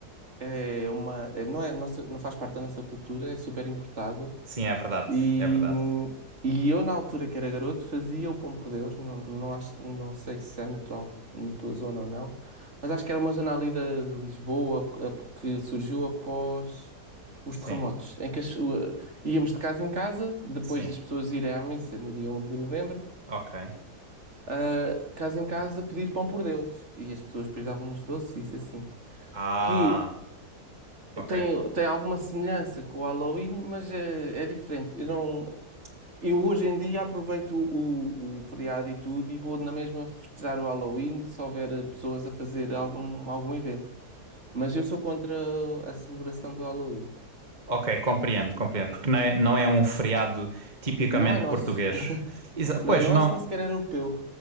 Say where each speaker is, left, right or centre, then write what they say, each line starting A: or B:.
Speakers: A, on the right; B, on the right.
A: é uma, é- não é nossa, não faz parte da nossa cultura, é super importado.
B: Sim, é verdade,
A: E,
B: é verdade.
A: e eu, na altura que era garoto, fazia o Pão por Deus. Não, não, acho, não sei se é na tua, al- na tua zona ou não, mas acho que era uma zona ali da- de, Lisboa p- a- que surgiu após os
B: Sim,
A: terremotos, em que as- o- íamos de casa em casa, depois
B: sim.
A: das pessoas irem à missa no dia um de novembro,
B: Ok.
A: ah, casa em casa pedir Pão por Deus. E as pessoas depois davam-nos doces, isso assim.
B: Ah,
A: Que
B: ok.
A: tem, tem alguma semelhança com o Halloween, mas é, é diferente. Eu não. Eu hoje em dia aproveito o, o feriado e tudo e vou na mesma festejar o Halloween se houver eh, pessoas a fazer algum, algum evento. Mas eu sou contra a celebração do Halloween.
B: Ok, compreendo, compreendo, porque não é, não é um feriado tipicamente
A: Não é nosso.
B: português. Exa- pois
A: Não é nosso,
B: não,
A: nem sequer é europeu.